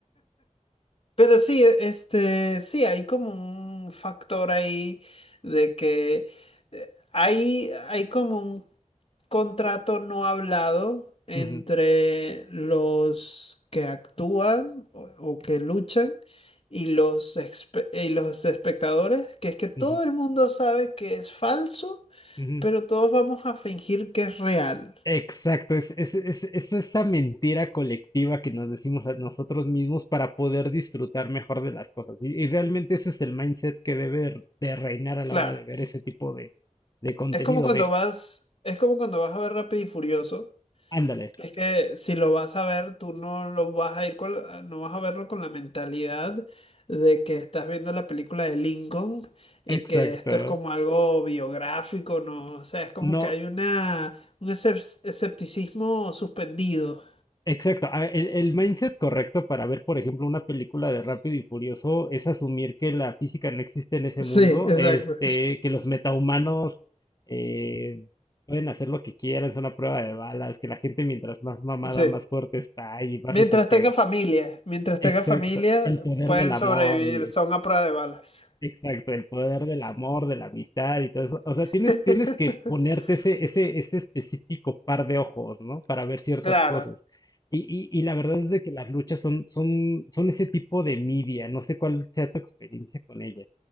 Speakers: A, on the left; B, on the left.
A: Pero sí, e- este, sí, hay como un factor ahí de que eh, hay, hay como un contrato no hablado entre
B: Ujú,
A: los que actúan o, o que luchan y los, expe- y los espectadores, que es que todo
B: ujú,
A: el mundo sabe que es falso,
B: ujú.
A: pero todos vamos a fingir que es real.
B: Exacto, es, es, es, es esta mentira colectiva que nos decimos a nosotros mismos para poder disfrutar mejor de las cosas. Y, y realmente ese es el mindset que debe de reinar a la
A: Claro,
B: hora de ver ese tipo de, de contenido,
A: es como cuando
B: de
A: vas, es como cuando vas a ver Rápido y Furioso.
B: ándale,
A: Es que si lo vas a ver, tú no lo vas a ir con, ah, no vas a verlo con la mentalidad de que estás viendo la película de Lincoln y
B: exacto.
A: que esto es como algo biográfico, ¿no? O sea, es como
B: No,
A: que hay una, un escep- escepticismo suspendido.
B: Exacto. a- El, el mindset correcto para ver, por ejemplo, una película de Rápido y Furioso es asumir que la física no existe en ese
A: Sí,
B: mundo,
A: exacto.
B: este, que los metahumanos eh, pueden hacer lo que quieran, son a prueba de balas, que la gente mientras más mamada,
A: Sí.
B: más fuerte está y más
A: Mientras
B: resistente.
A: tenga familia, mientras
B: Exacto.
A: tenga familia,
B: El poder
A: pueden
B: del amor
A: sobrevivir,
B: y...
A: son a prueba de balas.
B: Exacto, el poder del amor, de la amistad y todo eso. O sea, tienes,
A: <laughs>
B: tienes que ponerte ese, ese, ese específico par de ojos, ¿no? Para ver ciertas
A: Claro.
B: cosas. Y, y, y la verdad es de que las luchas son, son, son ese tipo de media. No sé cuál sea tu experiencia con ellas,